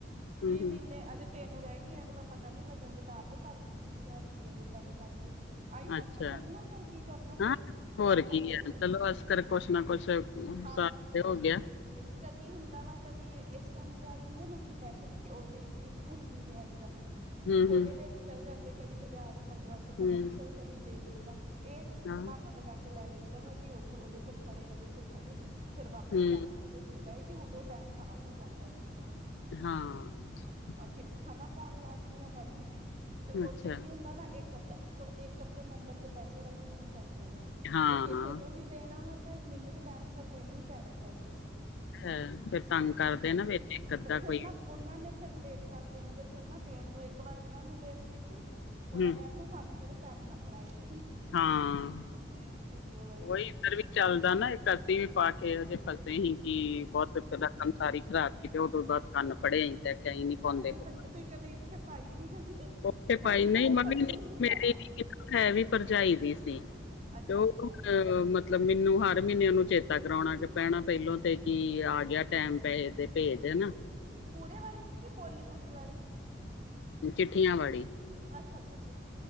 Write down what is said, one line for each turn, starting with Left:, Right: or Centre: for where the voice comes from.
Left: ਹੂੰ,
Right: ਵੀਹ
Left: ਹੂੰ
Right: ਮਹੀਨੇ ਅਜੇ। ਤਿੰਨ ਰਹਿ ਗਈਆਂ ਇਹਨੂੰ ਮੈਂ ਪਤਾ ਨੀ ਲੱਗਣ ਦਿੱਤਾ ਆਪੇ ਭਰਦੀ ਸੀ ਹਜ਼ਾਰ ਰੁਪਈਆ ਜਿੱਦਾਂ ਵੀ ਕਰਕੇ। ਆਹੀ ਸਭ
Left: ਅੱਛਾ
Right: ਤੋਂ ਕਰਨਾ ਹੋਰ ਕੀ ਕਰਨਾ
Left: ਹਾਂ
Right: ਫੇਰ
Left: ਹੋਰ
Right: ਔਖਾ
Left: ਕੀ
Right: ਸੌਖਾ
Left: ਹੈ ਚਲੋ ਅਸ ਕਰ ਕੁਛ ਨਾ ਕੁਛ। ਤੇ
Right: ਹਾਂ
Left: ਹੋ ਗਿਆ।
Right: ਕਦੀ ਹੁੰਦਾ ਵਾ ਕਦੀ ਇਸ ਟਾਈਮ ਜੇ ਆ ਜਾਂਦੇ ਨਾ ਕਿ ਬੈਂਕ ਦੀ ਉਹਦੀ ਕਿਸ਼ਤ। ਹੁੰਦੀ ਹੈ ਇੱਕ
Left: ਹੂੰ
Right: ਉਹਦੇ
Left: ਹੂੰ
Right: ਵਿੱਚ ਚੱਲ ਜਾਂਦੇ ਕਦੀ ਹਜ਼ਾਰ ਪੰਦਰਾਂ ਸੌ, ਪੰਜੀ
Left: ਹੂੰ
Right: ਸੌ, ਇੱਕ। ਕਦੀ ਦੇ ਦਈਦਾ ਇਹ ਕਿ ਇਕ
Left: ਹਾਂ
Right: ਬਹਾਨਾ ਲਗਾ ਕੇ। ਕੇ ਲੈ ਲਈਦਾ ਵਾ ਕਿ ਉਹਨੂੰ ਉਹਦੇ ਕੋਲ ਫੜੇ ਉਹਦੇ ਕੋਲ ਫੜੇ ਫਿਰ ਵਾਪਿਸ
Left: ਹੂੰ
Right: ਕਰ ਕੇ। ਜਿੱਦਾਂ ਹੈ ਕਿ ਉਦੋਂ ਟਾਈਮ ਪਾਰ ਹੋ ਜਾਂਦਾ ਜਿਸ ਤਰ੍ਹਾਂ।
Left: ਹਾਂ।
Right: ਉਹ ਚਿੱਟ ਹੈ ਨਾ ਪਾਉਣ ਲੱਗ ਗਈ ਹਾਂ ਮੈਂ ਵੀ ਤੇ ਉਹ
Left: ਅੱਛਾ
Right: ਚ ਕੀ ਹੁੰਦਾ ਨਾ ਇੱਕ ਅੱਧਾ। ਥੋੜੇ ਇੱਕ ਅੱਧੇ ਮੈਂਬਰ ਦੇ ਪੈਸੇ ਰੱਖਣੇ ਹੀ ਪੈਂਦੇ ਆ।
Left: ਹਾਂ
Right: ਜੇ ਕਿਸੇ ਨੂੰ ਵੀ ਦੇਣਾ ਵਾ ਤੇ ਮੈਨੂੰ ਤਾਂ ਟਾਈਮ ਸਿਰ ਦੇਣੇ ਹੀ ਪੈਣੇ ਪੈਸੇ।
Left: ਹਾਂ ਫਿਰ ਤੰਗ ਕਰਦੇ ਨਾ ਵਿੱਚ ਇੱਕ ਅੱਧਾ।
Right: ਤੇ ਫਿਰ
Left: ਕੋਈ
Right: ਨਾ ਉਹਨਾਂ ਨੇ ਫਿਰ ਲੇਟ ਕਰ ਦਿੰਦੇ ਫਿਰ ਨਾ ਦੇਣ ਨੂੰ ਇੱਕ ਵਾਰ ਉਹ ਨੂੰ ਲੇਟ ਦਿੱਤੀ। ਉਹਨਾਂ
Left: ਹੂੰ
Right: ਨੇ ਆਖਣਾ ਸਾਨੂੰ ਕਿਹੜਾ ਟੈਮ ਨਾ ਫੜਾਏ ਸੀ ਤੂੰ।
Left: ਹਾਂ।
Right: ਇਸੇ ਲਈ। ਬਾਈ
Left: ਉਹੀ ਇੱਧਰ ਵੀ ਚੱਲਦਾ ਨਾ ਇੱਕ ਅਸੀ ਵੀ ਪਾ ਕੇ ਫਸੇ ਹੀ ਸੀ ਕਿ ਬਹੁਤ। ਸਾਰੀ ਖਰਾਬ ਕੀਤੇ ਉਹ ਤੋਂ ਬਾਅਦ ਕੰਨ ਫੜੇ ਅਸੀਂ ਤੇ। ਤਾਂ ਹੀ ਨੀ ਪਾਉਂਦੇ,
Right: ਅੱਛਾ ਤੁਸੀਂ
Left: ਬਾਬਾ
Right: ਤੁਸੀਂ ਕਦੀ ਇੱਥੇ ਪਾਈ ਨੀ ਕਦੀ
Left: ਉਹ ਤੇ ਪਾਈ
Right: ਇੱਥੇ
Left: ਨਹੀਂ ਮੰਮੀ
Right: ਕਦੀ ਨੀ
Left: ਮੇਰੀ
Right: ਪਾਈ
Left: ਨੀ। ਇਕ ਹੈ ਵੀ ਭਰਜਾਈ ਦੀ ਸੀ
Right: ਅੱਛਾ
Left: ਤੇ ਉਹ।
Right: ਅੱਛਾ
Left: ਅ ਮਤਲਬ ਮੈਨੂੰ ਹਰ ਮਹੀਨੇ ਉਹਨੂੰ ਚੇਤਾ ਕਰਾਉਣਾ ਪੈਣਾ ਪਹਿਲੋਂ ਤੇ ਕਿ ਆ ਗਿਆ ਟੈਮ ਪੈਸੇ ਦੇ। ਭੇਜ ਹੈਨਾ।
Right: ਪੂਰੇ ਵਾਲੀ ਸੀ ਕੀ ਬੋਲੀ-ਬੁਲੀ ਵਾਲੀ ਸੀ?
Left: ਚਿੱਠੀਆਂ ਵਾਲੀ।
Right: ਅੱਛਾ-ਅੱਛਾ ਚਿੱਟ।